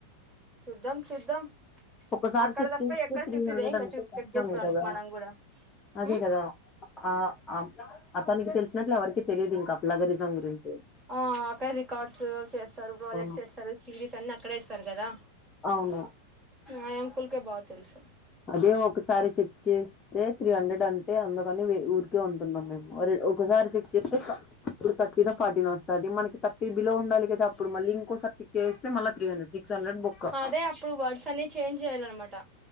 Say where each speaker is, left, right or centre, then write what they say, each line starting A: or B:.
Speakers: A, on the right (about 20°); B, on the left (about 25°).
A: చూద్దాం చూద్దాం
B: ఒకసారి
A: అక్కడ
B: చెక్
A: తప్ప
B: చేస్తే
A: ఎక్కడ
B: త్రీ
A: చూపిదే
B: హండ్రెడ్
A: ఇంకా
B: అంటే
A: చెక్
B: కష్టమే
A: చేసుకోవడానికి
B: కదా
A: మనం కూడా
B: అదే
A: ఉ
B: కదా ఆ అతనికి తెలిసినట్లు ఎవరికీ తెలియదు ఇంకా ప్లగరిజం గురించి
A: ఆ అక్కడ రికార్డ్స్ చేస్తారు ప్రాజెక్ట్స్
B: ఆ
A: చేస్తారు సిరీస్ అన్ని అక్కడే ఇస్తారు కదా
B: అవును
A: ఆ అంకుల్ కె బా తెలుసు
B: అదే ఒకసారి చెక్ చేస్తే త్రీ హండ్రెడ్ అంటే అందుకని ఊరికే ఉంటున్నాం మేమ్ ఒకసారి చెక్ చేస్తే ఇప్పుడు థటీ ద ఫార్టీనో వస్తాది మనకి థర్టీ బిలో ఉండాలి గదా అప్పుడు మళ్ళీ ఇంకోసర్ చెక్ చేయిస్తే మళ్ళ తీ హండ్రెడ్ సిక్స్ హండ్రెడ్ బొక్క
A: అదే అప్పుడు వర్డ్స్ అన్ని చేంజ్ జేయాలనమాట